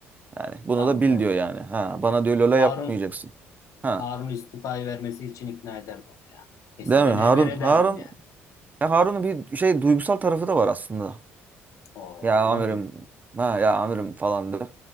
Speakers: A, on the right; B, on the left.
A: Yani bunu
B: tamam
A: da bil
B: o
A: diyor yani. Ha, bana diyor Lola
B: Harun
A: yapmayacaksın. Ha.
B: Harun istifayı vermesi için ikna ederdi onu ya. Kesin
A: Değil
B: beni
A: mi? Harun
B: e, ben ederdim
A: Harun
B: yani.
A: ya Harun'un bir şey duygusal tarafı da var aslında.
B: O
A: Ya
B: olmaz
A: amirim
B: mı?
A: ha ya amirim falandır.